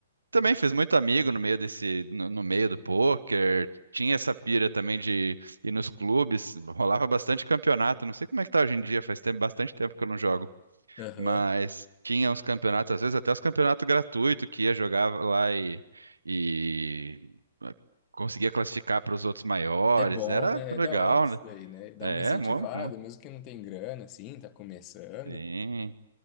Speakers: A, on the right; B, on the left.
A: Também fez muito amigo no meio desse, no, no meio do poker. Tinha essa pira também de ir nos clubes. Rolava bastante campeonato. Não sei como é que tá hoje em dia, faz tempo, bastante tempo que eu não jogo.
B: Aham.
A: Mas tinha uns campeonatos, às vezes até os campeonatos gratuitos que ia jogar lá e, e eh, conseguia classificar para os outros maiores.
B: É bom,
A: Era
B: né? É
A: legal,
B: da hora isso
A: né?
B: daí, né? Dá
A: É,
B: uma incentivada,
A: mó, mó,
B: mesmo que não tem grana, assim, tá começando.
A: sim.